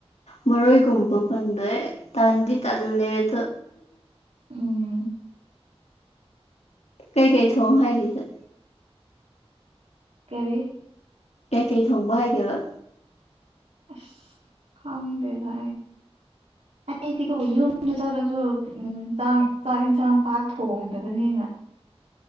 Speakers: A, on the left; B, on the right.
A: ꯃꯔꯣꯏꯒꯨꯝꯕ ꯄꯪꯕꯦ ꯇꯥꯟꯗꯤꯠ ꯇꯂꯦ ꯑꯗꯨ
B: ꯎꯝ
A: ꯀꯩꯀꯩ ꯊꯣꯡ ꯍꯥꯏꯔꯤꯁꯦ
B: ꯀꯔꯤ
A: ꯀꯩꯀꯩ ꯊꯣꯡꯕ ꯍꯥꯏꯒꯦꯕ
B: ꯑꯁ ꯈꯪꯗꯦꯗ ꯑꯩꯗꯤꯀꯣ ꯌꯨꯝꯗ ꯆꯠꯂꯁꯨ ꯎꯝ ꯆꯥꯛ ꯆꯥꯛ ꯏꯟꯁꯥꯡ ꯄꯥꯛ ꯊꯣꯡꯗꯕꯅꯤꯅ